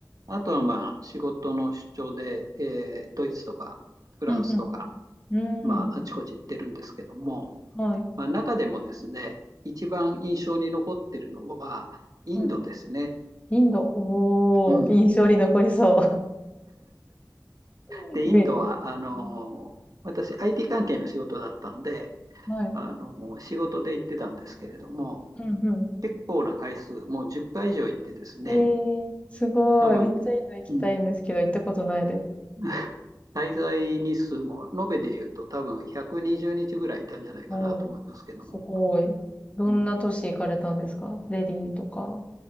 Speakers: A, on the right; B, on the left.
A: あとはまあ、仕事の出張で、ええドイツとかフランスとか、
B: うんうん。
A: まあ、
B: うん。
A: あちこち行ってるんですけども、
B: はい。
A: まあ、中でもですね、一番印象に残ってるのは、インドですね。
B: はい。インド。おー。
A: うん。
B: 印象に残りそう。
A: で、
B: <laughs>
A: インドは、
B: イメージがある。
A: あの、私、IT 関係の仕事だったんで、
B: はい。
A: あの、仕事で行ってたんですけれども、
B: うんうん。
A: 結構な回数、もう10回以上行ってですね、
B: えー、すごい。
A: 多分、
B: めっちゃインド行きたいんですけど、
A: うん、
B: 行ったことないです。
A: <laughs> 滞在日数も、延べで言うと多分120日ぐらいいたんじゃないかなと思いますけども。
B: おー。すごい。どんな都市行かれたんですかデリーとか。
A: うん、